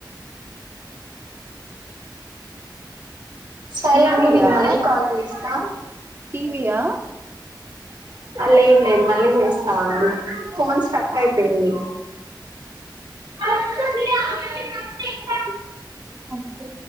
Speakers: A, on the right; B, on the right.
A: సరే
B: టీవీయా
A: ఉండు నేను మళ్ళీ కాల్ చేసినా
B: టీవీయా
A: లేదు లేదు మళ్ళీ చేస్తామండి ఫోన్స్ స్ట్రక్ అయిపోయింది <inaudible>
B: ఓకే